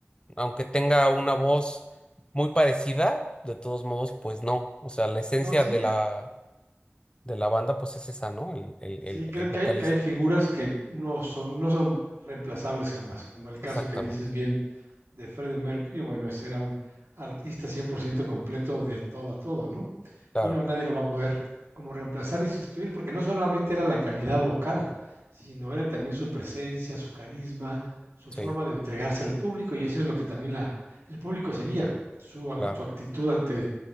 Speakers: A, on the left; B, on the right.
A: aunque tenga una voz muy parecida, de todos modos, pues no. O sea, la esencia
B: No, sí,
A: de la,
B: ah,
A: de la banda, pues es esa, ¿no? El, el,
B: sí,
A: el,
B: creo
A: el vocalista.
B: que hay que hay figuras que no son no son reemplazables jamás, como el caso
A: Exactamente.
B: que dices bien de Freddie Mercury, bueno, ese era un artista 100% completo de todo a todo, ¿no?
A: Claro,
B: Y no, nadie lo va a poder como reemplazar ni sustituir, porque no solamente era la calidad vocal, sino era también su presencia, su carisma, su
A: sí,
B: forma de entregarse al público, y eso es lo que también la el público seguía, su ac
A: claro,
B: su actitud ante